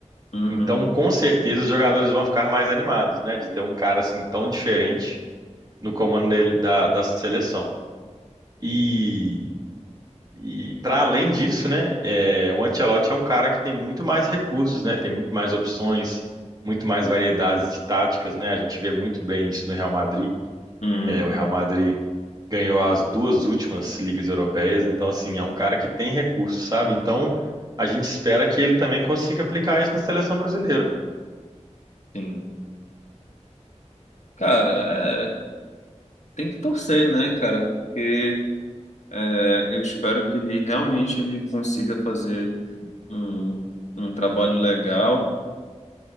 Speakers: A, on the left (about 70°); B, on the right (about 30°).
A: Uhum.
B: Então, com certeza, os jogadores vão ficar mais animados, né? De ter um cara assim tão diferente no comando dele- da, da seleção. E, e para além disso, né? é, o Ancelotti é um cara que tem muito mais recursos, né? Tem muito mais opções, muito mais variedades de táticas, né? A gente vê muito bem isso no Real Madrid.
A: Uhum,
B: É, o Real Madrid ganhou as duas últimas ligas europeias, então assim, é um cara que tem recursos, sabe? Então, a gente espera que ele também consiga aplicar isso na seleção brasileira.
A: sim. Cara, é, tem que torcer, né, cara? Porque é, eu espero que ele realmente ele consiga fazer um, um trabalho legal,